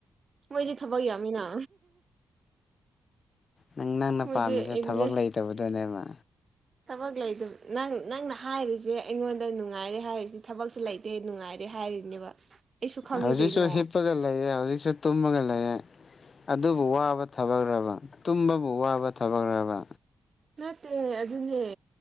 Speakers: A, on the right (about 50°); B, on the left (about 55°).
A: ꯃꯣꯏꯗꯤ ꯊꯕꯛ ꯌꯥꯝꯃꯤꯅ
B: ꯅꯪ ꯅꯪꯅ
A: ꯃꯣꯏꯗꯤ
B: ꯄꯥꯝꯃꯤꯁꯦ
A: ꯑꯦꯕꯤꯂꯦ
B: ꯊꯕꯛ ꯂꯩꯇꯕꯗꯨꯅꯦꯕ
A: ꯊꯕꯛ ꯂꯩꯇꯕ ꯅꯪ ꯅꯪꯅ ꯍꯥꯏꯔꯤꯁꯦ ꯑꯩꯉꯣꯟꯗ ꯅꯨꯡꯉꯥꯏꯔꯦ ꯍꯥꯏꯔꯤꯁꯦ ꯊꯕꯛꯁꯦ ꯂꯩ ꯗꯦ ꯅꯨꯡꯉꯥꯏꯔꯦ ꯍꯥꯏꯔꯤꯅꯦꯕ ꯑꯩꯁꯨ ꯈꯪꯉꯤ
B: ꯍꯧꯖꯤꯛꯁꯨ
A: ꯀꯩꯅꯣ
B: ꯍꯤꯞꯄꯒ ꯂꯩꯌꯦ ꯍꯧꯖꯤꯛꯁꯨ ꯇꯨꯝꯃꯒ ꯂꯩꯔꯦ ꯑꯗꯨꯕꯨ ꯋꯥꯕ ꯊꯕꯛꯔꯕ ꯇꯨꯝꯕꯕꯨ ꯋꯥꯕ ꯊꯕꯛꯔꯕ
A: ꯅꯠꯇꯦ ꯑꯗꯨꯅꯦ